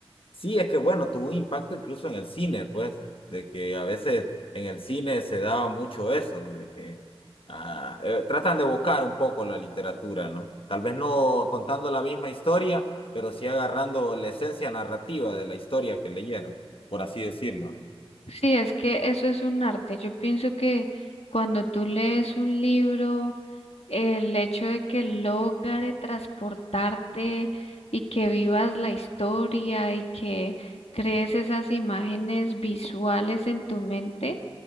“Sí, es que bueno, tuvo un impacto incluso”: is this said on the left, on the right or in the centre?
Left